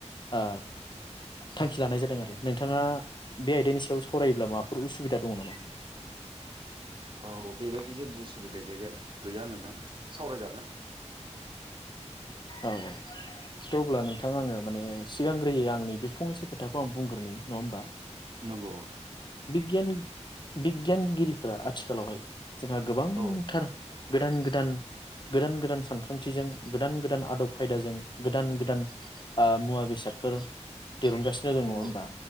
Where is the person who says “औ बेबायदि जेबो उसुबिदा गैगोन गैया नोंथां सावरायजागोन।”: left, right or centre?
Right